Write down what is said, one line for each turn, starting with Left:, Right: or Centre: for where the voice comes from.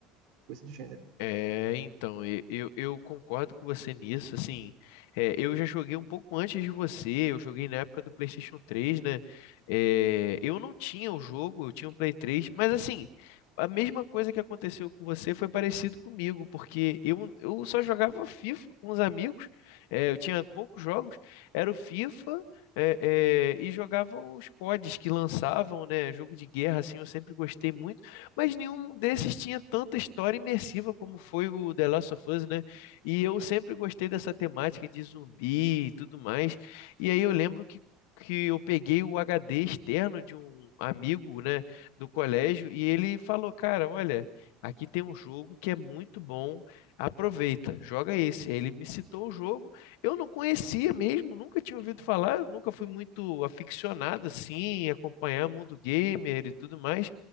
Right: coisa do gênero.
Left: É, então, e- eu, eu concordo com você nisso, assim, é, eu já joguei um pouco antes de você, eu joguei na época do PlayStation 3, né, é, eu não tinha o jogo, eu tinha o Play 3, mas assim, a mesma coisa que aconteceu com você foi parecido comigo, porque eu, eu só jogava FIFA com os amigos, é, eu tinha poucos jogos, era o FIFA, é, é, e jogava os CODs que lançavam, né, jogo de guerra, assim, eu sempre gostei muito, mas nenhum desses tinha tanta história imersiva como foi o The Last of Us, né? E eu sempre gostei dessa temática de zumbi e tudo mais. E aí eu lembro que que eu peguei o HD externo de um amigo, né, do colégio, e ele falou, cara, olha, aqui tem um jogo que é muito bom, aproveita, joga esse. Aí ele me citou o jogo, eu não conhecia mesmo, nunca tinha ouvido falar, eu nunca fui muito aficionado assim, em acompanhar mundo gamer e tudo mais.